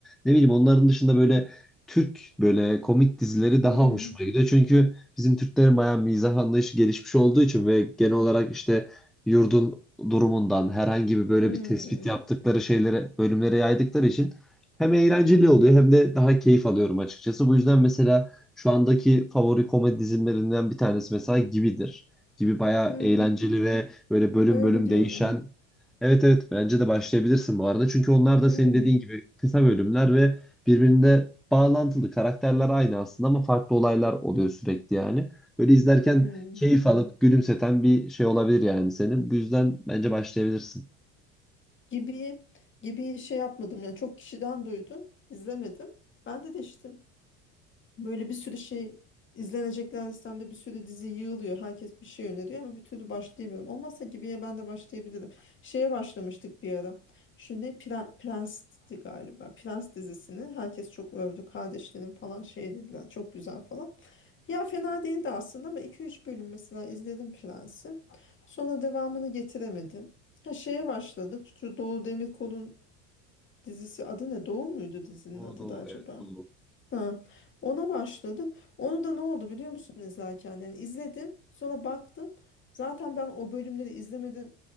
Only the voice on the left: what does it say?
Hmm.
Hmm.
Hmm.
Öyle
diyorlar.
Hmm.
Hmm.
Gibi gibi şey yapmadım. Yani çok kişiden duydum. izlemedim. Ben de değiştim. böyle bir sürü şey izlenecekler listemde bir sürü dizi yığılıyor. Herkes bir şey öneriyor ama bir türlü başlayamıyorum. Olmazsa Gibi'ye ben de başlayabilirim. Şeye başlamıştık bir ara. Şimdi ne Pre- Prens'ti galiba. Prens dizisini herkes çok övdü. Kardeşlerim falan şey dediler. Çok güzel falan. Ya fena değildi aslında ama iki üç bölüm mesela izledim Prens'i. Sonra devamını getiremedim. Ha şeye başladık. Şu Doğu Demirkol'un dizisi adı ne? Doğu muydu dizinin
adı
da acaba?
Ha, ona başladım. Onu da ne oldu biliyor musun izlerken? Yani izledim, sonra baktım. Zaten ben o bölümleri izlemeden